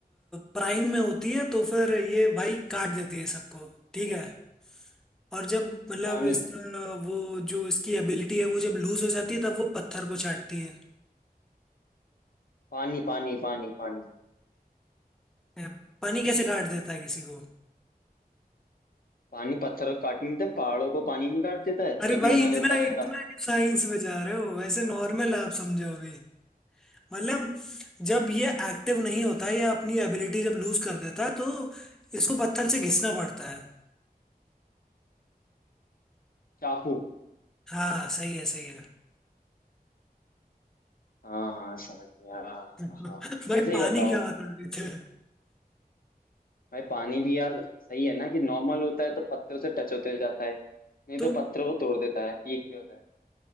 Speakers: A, in the centre; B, on the left (about 65°).
A: प्राइम में होती है तो फिर ये भाई काट देती है सबको ठीक है और जब मतलब
B: पानी
A: इसका वो जो इसकी एबिलिटी है वो जब लूज हो जाती है तब वो पत्थर को चाटती है
B: पानी पानी पानी पानी
A: ए, पानी कैसे काट देता है किसी को
B: पानी पत्थरों को काट नहीं देता पहाड़ों को पानी नहीं काट देता है
A: अरे
B: नदी
A: भाई
B: बना
A: इतना
B: लेता
A: इतना
B: है रास्ता
A: क्यों साइंस में जा रहे हो वैसे नॉर्मल आप समझो अभी मतलब जब ये एक्टिव नहीं होता है या अपनी एबिलिटी जब लूज कर देता है तो इसको पत्थर से घिसना पड़ता है
B: चाकू
A: हाँ सही है सही है
B: हाँ हाँ समझ गया हाँ
A: भाई
B: हाँ हाँ। अच्छा ये
A: पानी
B: बताओ
A: क्या बता रहे थे
B: भाई पानी भी यार सही है ना कि नॉर्मल होता है तो पत्थरों से टच होते जाता है नहीं
A: तो
B: तो पत्थरों को तोड़ देता है पीक पे होता है